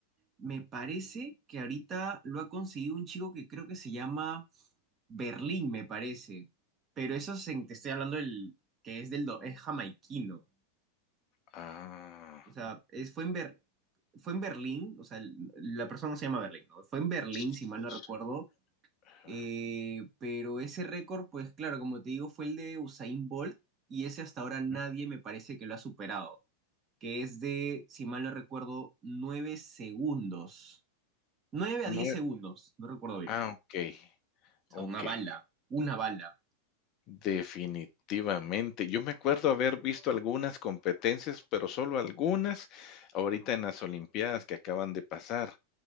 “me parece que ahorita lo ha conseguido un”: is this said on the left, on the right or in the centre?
Right